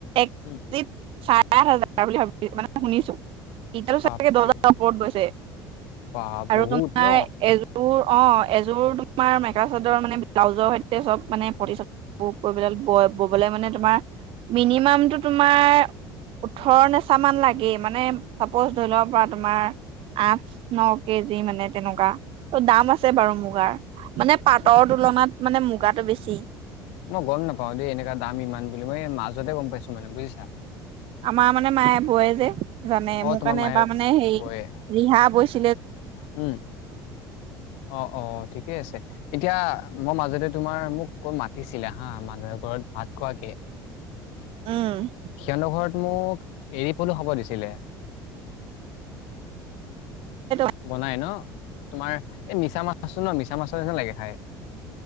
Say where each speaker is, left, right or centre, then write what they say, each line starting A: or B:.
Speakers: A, on the right (about 45°); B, on the left (about 55°).
A: চাৰে
B: উম,
A: আঠ হাজাৰ বুলি ভাবিছো মানে শুনিছো। ইতিয়াও
B: বাপৰে
A: চাগে দহ হাজাৰ ওপৰত গৈছে
B: বাপ
A: আৰু
B: বহুত
A: তোমাৰ
B: ন?
A: এযোৰ। অ এযোৰ তোমাৰ মেখেলা চাদৰ মানে ব্লাউজৰ সৈতে চব মানে পতিচতি বোৰ কৰিবলে হ'ল। ববলে মানে নে টোমাৰ মিনয়মই তোমাৰ? ওঠৰ নিচামান লাগে মানে চাপ'জ ধৰি লও পৰা তোমাৰ। আঠ ন কেজি মানে তেনেকুৱা, ত দাম আছে বাৰু মুগাৰ। মানে পাটৰ
B: মই
A: তুলনাত মানে মুগাটো বেছি।
B: মই গম নাপাও দেই এনেকা দাম ইমান বুলি মই মাজতে গম পাইছোঁ মানে বুজিছা?
A: আমাৰ মানে মায়ে বয় যে জানে
B: অ'
A: মোৰ
B: তোমাৰ
A: কাৰণে
B: মায়ে
A: এবাৰ মানে হেৰি
B: বয়ে
A: ৰিহা ব।
B: উম, অ অ অ ঠিকেই আছে। এতিয়া মই মাজতে তোমাৰ মোক মাতিছিলে হা মানুহ এঘৰত ভাত খোৱাকে?
A: উম
B: হেতৰ ঘৰত। মোক এৰি পলো হ'ব দিছিলে?
A: সেইটো
B: বনাই ন তোমাৰ এই মিছা মাছ আছো ন মিছা মাছ। লাগে খাই।